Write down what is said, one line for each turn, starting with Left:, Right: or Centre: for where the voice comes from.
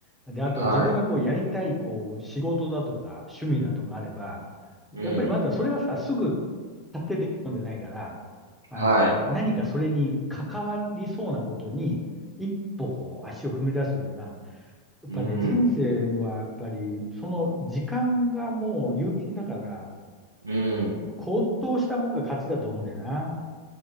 Centre: で、あとは自分がこうやりたい、
Right: はい。
Centre: こう、仕事だとか、趣味だとかあれば、
Right: うん。
Centre: やっぱりまずはそれはさ、すぐ達成できるもんじゃないから、あの、
Right: はい。
Centre: 何かそれに関わりそうなことに、一歩こう、足を踏み出すような、やっぱね、
Right: うん。
Centre: 人生のはやっぱり、その時間がもう有限だから、
Right: うん。
Centre: 行動したもんが勝ちだと思うんだよな。